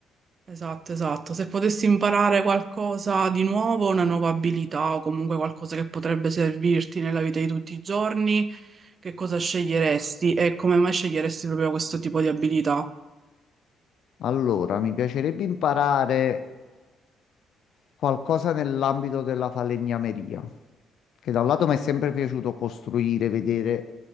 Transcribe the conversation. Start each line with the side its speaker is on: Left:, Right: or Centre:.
Right: Esatto, esatto. Se potessi imparare qualcosa di nuovo, una nuova abilità o comunque qualcosa che potrebbe servirti nella vita di tutti i giorni, che cosa sceglieresti e come mai sceglieresti proprio questo tipo di abilità?
Left: Allora, mi piacerebbe imparare qualcosa nell'ambito della falegnameria. che da un lato mi è sempre piaciuto costruire, vedere,